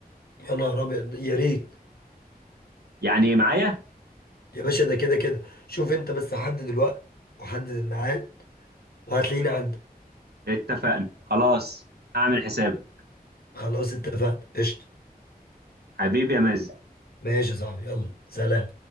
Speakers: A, on the left; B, on the right.
A: يا نهار ابيض يا ريت
B: يعني معايا
A: يا باشا ده كده كده شوف انت بس حدد الوقت وحدد الميعاد وهتلاقيني عندك
B: اتفقنا خلاص هعمل حسابك
A: خلاص اتفقنا قشطه
B: حبيبي يا مازن
A: ماشي يا صاحبي يلا سلام